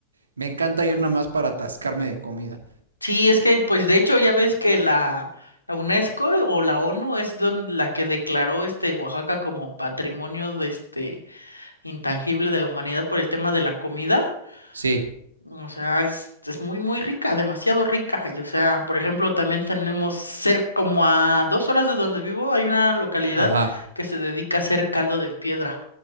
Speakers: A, on the right; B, on the left.
A: me encanta ir nada más para atascarme de comida.
B: Sí, es que pues de hecho ya ves que la, la UNESCO o la ONU es don- la que declaró este Oaxaca como patrimonio de este intangible de la humanidad por el tema de la comida.
A: Sí,
B: O sea, es, es muy, muy rica, demasiado rica. Y, o sea, por ejemplo, también tenemos cerca, como a dos horas de donde vivo, hay una localidad
A: ajá.
B: que se dedica a hacer caldo de piedra.